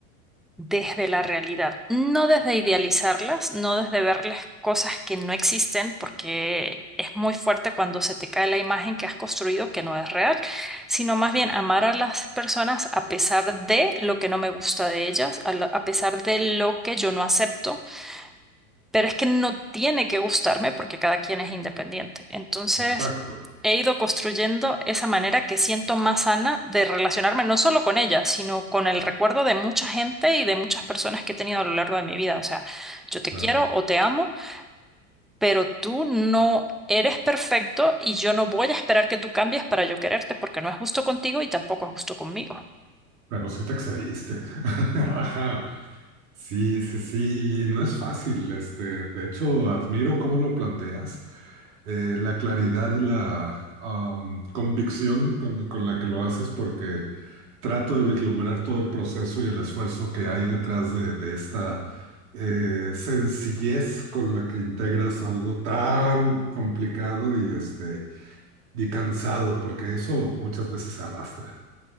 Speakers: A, in the centre; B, on the right.
A: desde la realidad, no desde idealizarlas, no desde verles cosas que no existen, porque es muy fuerte cuando se te cae la imagen que has construido que no es real, sino más bien amar a las personas a pesar de lo que no me gusta de ellas, a, la- a pesar de lo que yo no acepto pero es que no tiene que gustarme porque cada quien es independiente. Entonces,
B: Exacto,
A: he ido construyendo esa manera que siento más sana de relacionarme no solo con ella, sino con el recuerdo de mucha gente y de muchas personas que he tenido a lo largo de mi vida. O sea, yo te
B: claro.
A: quiero o te amo, pero tú no eres perfecto y yo no voy a esperar que tú cambies para yo quererte porque no es justo contigo y tampoco es justo conmigo.
B: Pero sí te excediste. <laughs> Ajá. Sí, sí, sí. Y no es fácil, este. De hecho, admiro cómo lo planteas. eh, la claridad y la am, convicción con, con la que lo haces, porque trato de vislumbrar todo el proceso y el esfuerzo que hay detrás de, de esta eh, sencillez con la que integras algo tan complicado y, este, y cansado, porque eso muchas veces se arrastra.